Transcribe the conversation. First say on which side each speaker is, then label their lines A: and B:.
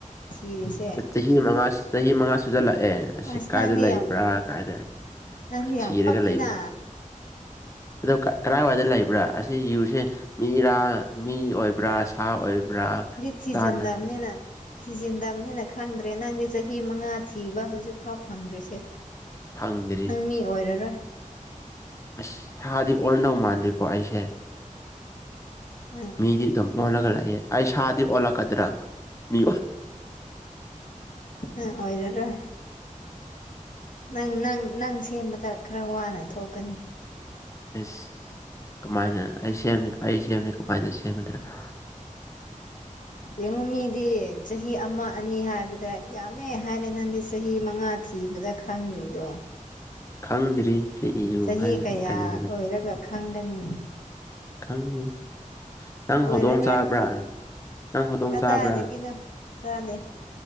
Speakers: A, on the left; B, on the left.
A: ꯊꯤꯔꯤꯁꯦ
B: ꯆꯍꯤ ꯃꯉꯥ ꯆꯍꯤ ꯃꯉꯥ ꯁꯨꯖꯂꯛꯑꯦ ꯑꯁꯤ
A: ꯑꯁ
B: ꯀꯥꯏꯗ
A: ꯅꯪꯗꯤ
B: ꯂꯩꯕ꯭ꯔꯥ
A: ꯌꯥꯝ
B: ꯀꯥꯏꯗ
A: ꯅꯪꯗꯤ
B: ꯊꯤꯔꯒ
A: ꯌꯥꯝ ꯄꯪꯉꯤꯅ
B: ꯂꯩꯕꯁꯦ ꯑꯗꯣ ꯀ ꯀꯗꯥꯥꯏꯋꯥꯏꯗ ꯂꯩꯕ꯭ꯔꯥ ꯑꯁꯤ ꯌꯨꯁꯦ ꯃꯤꯔꯥ ꯃꯤ ꯑꯣꯏꯕ꯭ꯔꯥ ꯁꯥ ꯑꯣꯏꯕ꯭ꯔꯥ
A: ꯊꯤꯖꯟꯗꯕꯅꯤꯅ
B: ꯆꯥꯅꯕ
A: ꯊꯤꯖꯤꯟꯗꯕꯅꯤꯅ ꯈꯪꯗ꯭ꯔꯦ ꯅꯪꯗꯤ ꯆꯍꯤ ꯃꯉꯥ ꯊꯤꯕ ꯍꯧꯖꯤꯛ ꯐꯥꯎ ꯐꯪꯗ꯭ꯔꯤꯁꯦ
B: ꯐꯪꯗ꯭ꯔꯤ
A: ꯅꯪ ꯃꯤ ꯑꯣꯏꯔꯥꯔꯣꯏ
B: ꯑꯁ ꯍꯥꯗꯤ ꯑꯣꯟꯗꯧ ꯃꯥꯟꯗꯦꯀꯣ ꯑꯩꯁꯦ
A: ꯎꯝ
B: ꯃꯤꯗꯤ ꯑꯗꯨꯝ ꯑꯣꯜꯂꯒ ꯂꯩꯌꯦ ꯑꯩ ꯁꯥꯗꯤ ꯑꯣꯜꯂꯛꯀꯗ꯭ꯔꯥ ꯃꯤ
A: ꯅꯪ ꯑꯣꯏꯔꯔꯣꯏ ꯅꯪ ꯅꯪ ꯅꯪ ꯁꯦꯝꯕꯗ ꯈꯥꯔ ꯋꯥꯅ ꯊꯣꯛꯀꯅꯤ
B: ꯏꯁ ꯀꯃꯥꯏꯅ ꯑꯩ ꯁꯦꯝ ꯑꯩ ꯁꯦꯝꯕꯖꯦ ꯀꯃꯥꯏꯅ ꯁꯦꯝꯒꯗꯔ <inaudible>
A: ꯌꯦꯡꯉꯨ ꯃꯤꯗꯤ ꯆꯍꯤ ꯑꯃ ꯑꯅꯤ ꯍꯥꯏꯕꯗ ꯌꯥꯝꯃꯦ ꯍꯥꯏꯔꯦ ꯅꯪꯗꯤ ꯆꯍꯤ ꯃꯉꯥ ꯊꯤꯕꯗ ꯈꯪꯗ꯭ꯔꯤꯗꯣ
B: ꯈꯪꯗ꯭ꯔꯤ ꯁꯤ ꯏꯌꯨ
A: ꯆꯍꯤ
B: ꯍꯥꯏꯕꯁꯤ
A: ꯀꯌꯥ
B: ꯀꯔꯤꯅ
A: ꯑꯣꯏꯔꯒ ꯈꯪꯒꯅꯤ
B: ꯈꯪꯅꯤ ꯅꯪ
A: ꯑꯣꯏꯔꯔꯣꯏ
B: ꯍꯧꯗꯣꯡ ꯆꯥꯕ꯭ꯔꯥ ꯅꯪ ꯍꯧꯗꯣꯡ
A: ꯀꯗꯥꯏꯗꯒꯤꯅꯣ
B: ꯆꯥꯕ꯭ꯔꯥ
A: ꯆꯥꯗꯦ